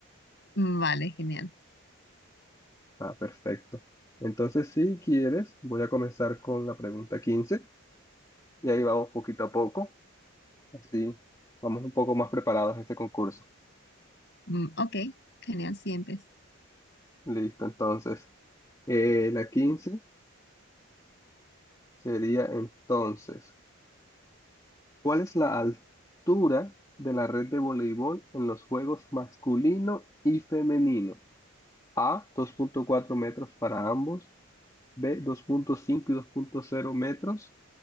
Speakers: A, on the left (about 50°); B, on the left (about 15°).
A: Mm, Vale, genial.
B: Ah, perfecto. Entonces, si quieres, voy a comenzar con la pregunta 15 y ahí vamos poquito a poco, así vamos un poco más preparados a ese concurso.
A: Mm, Ok, genial, sí, empieza.
B: Listo, entonces, eh, la quince sería entonces, ¿cuál es la altura de la red de voleibol en los juegos masculino y femenino? A, dos punto cuatro metros para ambos, B, dos punto cinco y dos punto cero metros,